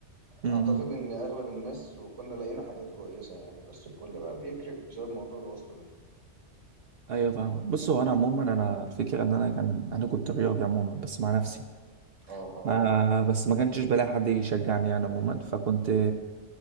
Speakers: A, on the right; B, on the right.
A: اعتقد
B: امم
A: ان اغلب الناس وكنا لقينا حاجات كويسة يعني بس الكل بقى بيكرف بسبب موضوع الواسطة ده
B: ايوه فاهمة بص هو انا عموما انا الفكرة ان انا كان انا كنت رياضي عموما بس مع نفسي
A: اه اه
B: ما
A: فاهم
B: بس ما كنتش بلاقي حد يشجعني يعني عموما فكنت